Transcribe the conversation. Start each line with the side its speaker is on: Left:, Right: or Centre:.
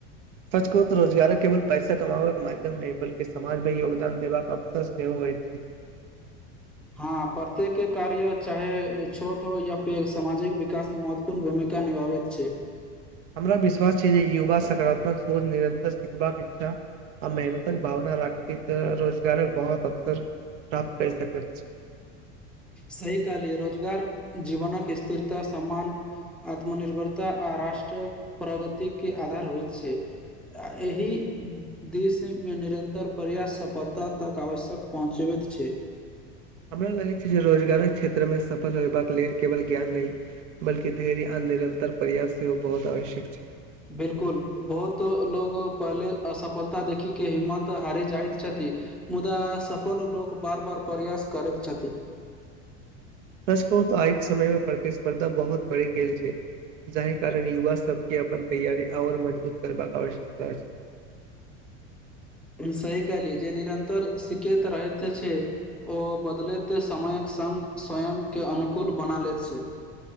Right: सच कहुं तऽ रोजगार केवल पैसा कमाबै के माध्यम नहि, बल्कि समाज में योगदान देबाक अवसर सेहो होइ छै।
Centre: हँ प्रत्येक के कार्य चाहे छोट हो या पेघ, सामाजिक विकास में महत्व पूर्ण भूमिका निभाबैत छै।
Right: हमरा विश्वास छै जे, युवा सकारात्मक सोच निरन्तर सिखबाक इच्छा आ मेहनतक भावना राखति, रोजगारक बहुत अवसर प्राप्त कर सकैत छी।
Centre: सही कहलिये, रोजगार जीवनक स्थिरता सम्मान आत्मनिर्भरता आ राष्ट्र प्रगति के आधार होइत छै। आ एहि दिशमे निरन्तर प्र्यास सफलता तक आवश्यक पहुँचेबैत छै।
Right: हमरा लगैत छै, जे रोजगारक क्षेत्रमें सफल होयबाक लेल केवल ज्ञान नहि बल्कि धैर्य आ निरन्तर प्रयास सेहो बहुत आवश्यक छै।
Centre: बिल्कुल, बहुत लोग पहले असफलता देखी के हिम्मत हारी जाइत छथि। मुदा सफल लोक बार- बार प्रयास करैत छथि।
Right: सच कहूऽ तऽ आइके समय मे प्रतिस्पर्धा बहुत बढ़ि गेल छै, जाहि कारण युवा सबके अपन तैयारी आओर मजबूत करबाक आवश्यकता अछि।
Centre: सही कहलियै, जे निरन्तर सिखैत रहैत छै ओ बदलैत समयक सङ्ग स्वयं के अनुकूल बना लैत छै।